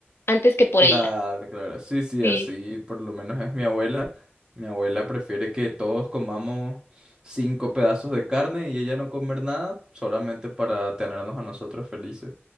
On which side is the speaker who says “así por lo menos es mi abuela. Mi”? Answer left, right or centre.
Right